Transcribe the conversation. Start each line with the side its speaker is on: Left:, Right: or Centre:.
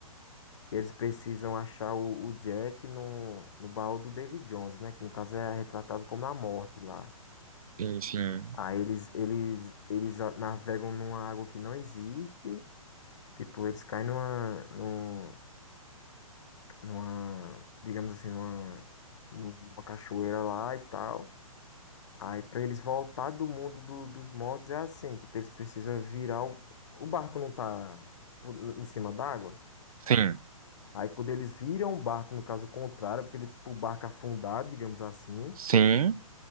Left: que eles precisam achar o, o Jack no, no baú do David Jones, né? Que no caso é retratado como a morte lá.
Right: sim, sim.
Left: Aí eles, eles, eles a- navegam numa água que não existe. Tipo, eles caem numa, num- numa, digamos assim, numa, numa cachoeira lá e tal. Aí pra eles voltar do mundo do- dos mortos é assim, tipo, eles precisam virar o, o barco não tá pu- em cima d'água.
Right: Sim,
Left: Aí quando eles viram o barco, no caso contrário, pra ele, pro barco afundar, digamos assim,
Right: sim,